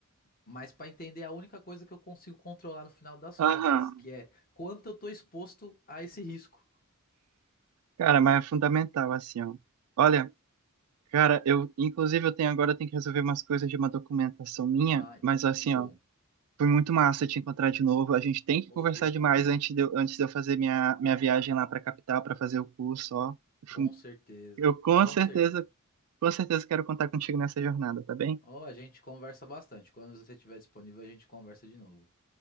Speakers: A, on the left; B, on the right.
A: mas para entender a única coisa que eu consigo controlar no final das
B: aham.
A: contas, que é quanto eu tô exposto a esse risco.
B: Cara, mas é fundamental, assim, ó. Olha, cara, eu, inclusive, eu tenho agora, eu tenho que resolver umas coisas de uma documentação minha,
A: Ai,
B: mas assim,
A: show.
B: ó. Foi muito massa te encontrar de novo. A gente tem que
A: Ô,
B: conversar
A: que legal,
B: demais
A: Marcos.
B: antes de eu, antes de eu fazer minha, minha viagem lá para a capital para fazer o curso, ó. Eu
A: Com
B: fui-
A: certeza,
B: eu com
A: com
B: certeza,
A: certeza.
B: com certeza quero contar contigo nessa jornada, tá bem?
A: ou a gente conversa bastante. Quando você estiver disponível, a gente conversa de novo.